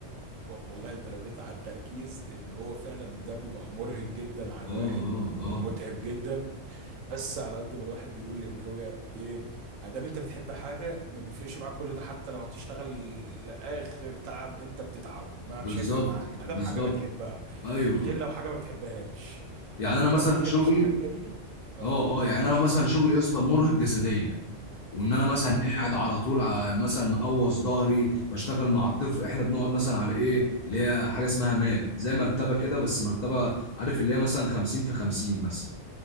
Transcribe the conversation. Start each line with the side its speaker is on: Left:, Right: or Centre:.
Right: و- والله انت لو جيت على التركيز ان هو فعلا ده بيبقى مرهق جدا على الواحد
Left: اه اه
Right: ومتعب
Left: اه
Right: جدا بس على قد ما الواحد بيقول ان هو ايه ادام انت بتحب حاجه ما بيفرقش معاك كل ده حتى لو هتشتغل لاخر تعب انت بتتعبه ما
Left: بالظبط
Right: مش هيفرق معاك ادام
Left: بالظبط
Right: حاجه بتحبها
Left: ايوه
Right: غير لو حاجه ما بتحبهاش
Left: يعني
Right: انت
Left: انا مثلا
Right: لو ما بتحبش
Left: شغلي
Right: الحاجه دي اه
Left: اه اه يعني انا لو مثلا شغلي يا اسطى مرهق جسديا وان انا مثلا
Right: اه
Left: قاعد على طول ع- مثلا مقوص ظهري بشتغل مع الطفل احنا بنقعد مثلا على ايه اللي هي حاجه اسمها مات زي مرتبه كده بس مرتبه عارف اللي هي مثلا 50 في 50 مثلا